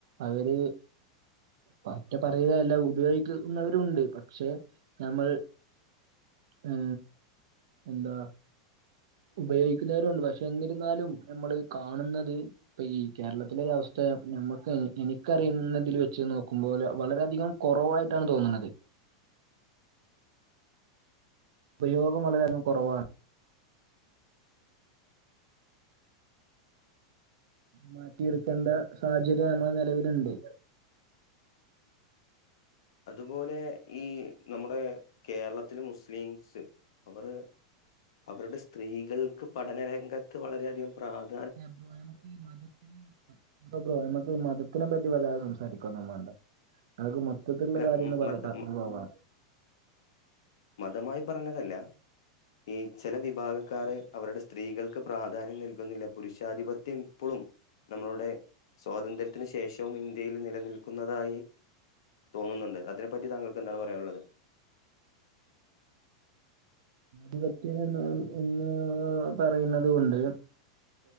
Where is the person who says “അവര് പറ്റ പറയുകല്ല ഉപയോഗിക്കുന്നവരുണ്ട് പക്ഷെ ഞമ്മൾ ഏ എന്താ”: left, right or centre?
Right